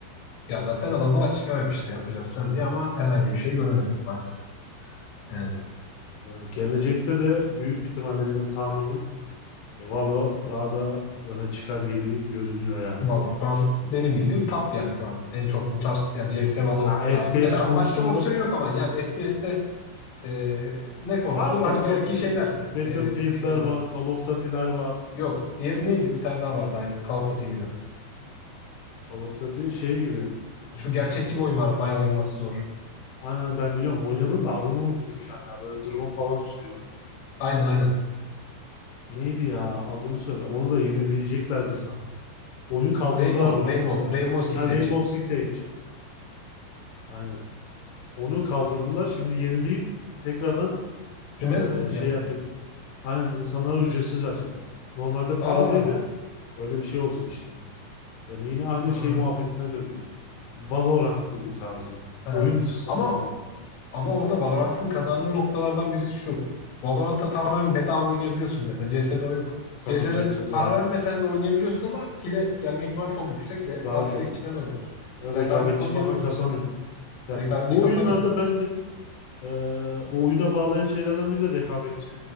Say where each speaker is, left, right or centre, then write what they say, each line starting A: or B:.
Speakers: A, on the left (about 70°); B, on the left (about 85°).
A: Ya zaten adamlar
B: Onu.
A: açıklama yapmıştı yapacağız falan diye ama herhangi bir şey göremedik maalesef. Yani
B: Yani gelecekte de büyük bir ihtimalle benim tahminim e, Valo daha da öne çıkar gibi görünüyor yani.
A: Valo şu an benim bildiğim top yani şu an en çok bu tarz yani CS
B: Şu
A: Valo
B: an ha,
A: tarzı.
B: FPS
A: Mesela
B: konusunda
A: başka bir opsiyon yok ama yani FPS'te e, ne konuşulur?
B: var
A: Hani
B: da çok
A: belki
B: değil.
A: şey dersin.
B: Battlefield'ler
A: E, neydi onun?
B: var, Call of Duty'ler var.
A: Yok. Diğeri neydi? Bir tane daha vardı aynı. Call of Duty gibi.
B: Call of Duty şey gibi. Hmm,
A: Şu gerçekçi bir oyun vardı. Bayağı oynaması zor.
B: Aynen ben biliyorum oynadım da adını unuttum şu an ya. Böyle drone falan sürüyor.
A: Aynen aynen.
B: Neydi ya? Adını söyle. Onu da yenileyeceklerdi sanırım. Oyunu kaldırdılar
A: Rainbow.
B: bu
A: Rainbow.
B: arada Steam.
A: Rainbow Six
B: Ha,
A: Siege.
B: Rainbow Six Siege. Aynen. Onu kaldırdılar. Şimdi yenileyip tekrardan
A: Remastered
B: eee,
A: mi
B: şey
A: yapıyorlar?
B: yapacak. Aynen insanlara ücretsiz verecekler. Normalde paralıydı.
A: Aa.
B: Öyle bir şey olacak işte. Yani yine aynı
A: Aa.
B: şey muhabbetine dönüyor. Valorant gibi tarzı.
A: Ha.
B: Oyun içi satın
A: Ama
B: alın.
A: Ama orada Valorant'ın kazandığı noktalardan birisi şu. Valorant'ta tamamen bedava oynayabiliyorsun mesela. CS'de o yok. CS'de
B: Tabii CS:GO
A: para
B: oyunu.
A: vermesen de oynayabiliyorsun ama hile gelme ihtimali çok yüksek ve
B: Daha
A: rastgele
B: çok.
A: kişilerle oynuyorsun.
B: Daha çok. Rekabetçi
A: Ya ranked oynayamıyorsun.
B: falan kasamıyor. Yani
A: Rekabetçi
B: bu
A: kasamıyorsun.
B: oyunlarda bence Ee, o oyuna bağlayan şeylerden biri de rekabetçi